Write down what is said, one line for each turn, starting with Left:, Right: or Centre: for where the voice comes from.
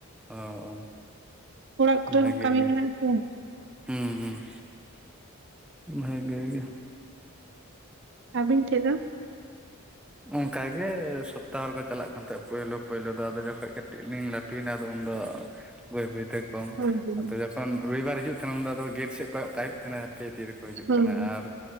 Centre: ᱚ ᱚ
Right: ᱚᱲᱟᱜ ᱠᱚᱨᱮ
Centre: ᱵᱷᱟᱜᱮ
Right: ᱦᱚᱸ ᱠᱟᱹᱢᱤ
Centre: ᱜᱮ
Right: ᱢᱮᱱᱟᱜ-ᱟ ᱥᱮ᱾
Centre: ᱦᱩᱸ ᱦᱩᱸ ᱵᱷᱟᱜᱮ ᱜᱮ᱾
Right: ᱟᱹᱵᱤᱱ ᱴᱷᱮᱡ ᱫᱚ᱾
Centre: ᱚᱝᱠᱟ ᱜᱮ ᱥᱚᱯᱛᱟᱦᱚ ᱨᱮᱠᱚ ᱪᱟᱞᱟᱜ ᱠᱟᱱ ᱛᱟᱦᱮᱸᱜ ᱯᱟᱹᱭᱞᱟᱹ ᱯᱟᱹᱭᱞᱟᱹ ᱫᱚ ᱟᱫᱚ ᱡᱚᱠᱷᱚᱡ ᱠᱟᱹᱴᱤᱡ ᱞᱤᱧ ᱞᱟᱹᱴᱩᱭᱱᱟ ᱟᱫᱚ ᱩᱱᱫᱚ᱾ ᱵᱟᱹᱭ ᱵᱟᱹᱭ ᱛᱮ ᱠᱚᱢ
Right: ᱦᱩᱸ ᱦᱩᱸ
Centre: ᱟᱫᱚ ᱡᱚᱠᱷᱚᱱ ᱨᱚᱵᱤᱵᱟᱨ ᱦᱤᱡᱩᱜ ᱛᱟᱦᱮᱱᱟ ᱩᱱᱫᱚ ᱟᱫᱚ ᱜᱮᱴ ᱥᱮᱫ ᱠᱭᱚᱜ ᱠᱟᱜ ᱦᱩᱭᱩᱜ ᱛᱟᱦᱮᱸᱱᱟ᱾ ᱟᱯᱮ ᱛᱤᱨ ᱨᱮᱠᱚ ᱦᱤᱡᱩᱜ
Right: ᱦᱩᱸ
Centre: ᱠᱟᱱᱟ ᱟᱨ